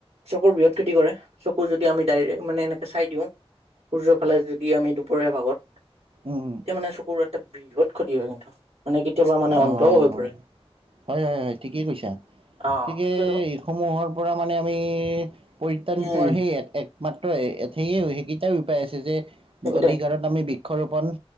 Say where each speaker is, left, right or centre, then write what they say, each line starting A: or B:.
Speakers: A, on the right; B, on the right.
A: চকুৰ বিহত খেতি কৰে। চকু যদি আমি ডাইৰেক্ট মানে এনেকে চাই দিওঁ- সূৰ্যৰ ফালে যদি আমি দুপৰীয়া ভাগত তেতিয়া
B: উম
A: মানে চকুৰ এটা বৃহৎ ক্ষতি হয়। কিন্তু- মানে কেতিয়াবা- মানে অন্ধও
B: অঁ,
A: হৈ পৰে।
B: হয় হয় হয়, ঠিকেই কৈছা।
A: অ
B: গতিকে-
A: সেইটোয়েতো
B: সমূহৰ পৰা মানে আমি পৰিত্ৰাণ
A: উম
B: পোৱাৰ সেই এক এক- মাত্ৰ সেইয়ে সেইকেইটাই উপায় আছে যে
A: সেইকেইটাই
B: অধিকাৰত আমি বৃক্ষৰোপন-